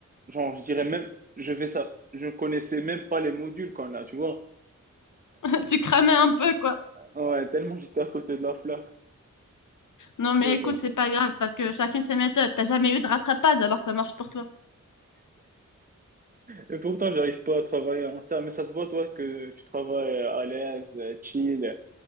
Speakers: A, on the right (about 25°); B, on the left (about 70°).
A: Genre, je dirais même, je fais ça, je ne connaissais même pas les modules qu'on a, tu vois.
B: <laughs> Tu cramais un peu, quoi.
A: Ouais, tellement j'étais à côté de la plaque.
B: Non, mais
A: Mais
B: écoute,
A: bon.
B: c'est pas grave, parce que chacune ses méthodes. T'as jamais eu de rattrapage, alors ça marche pour toi.
A: Et pourtant, j'arrive pas à travailler en terre. Mais ça se voit, toi, que tu travailles à l'aise, euh, chill,